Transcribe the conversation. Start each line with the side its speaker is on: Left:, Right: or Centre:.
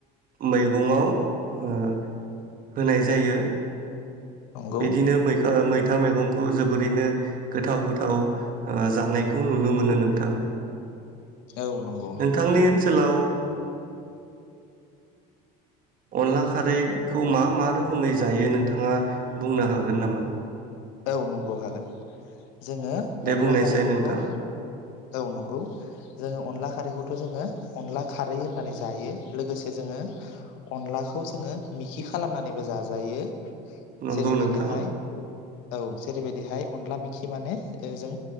Right: मैगंआव ओ होनाय जायो
Left: नंगौ
Right: बिदिनो मै-मैथा मैगं खौ जोबोरैनो गोथाव गोथाव जानायखौ नुनो मोनो नोंथां
Left: औ नंगौ नंगौ
Right: नोंथांनि ओनसोलाव अनला खारैखौ मा मा रोखोमै जायो नोंथाङा बुंनो हागोन नामा?
Left: औ नंगौ हागोन जोङो
Right: दे
Left: अनला
Right: बुंनायसाय
Left: खारैखौथ'
Right: नोंथां
Left: औ नंगौ जोङो अनला खारैखौ थ' जोङो अनला खारै होननानै जायो लोगोसे जोङो अनलाखौ जोङो मिखि खालामनानैबो जाजायो
Right: नंगौ
Left: जेरैबायदिहाय
Right: नोंथां
Left: औ जेरैबायदिहाय अनला मेखि माने जों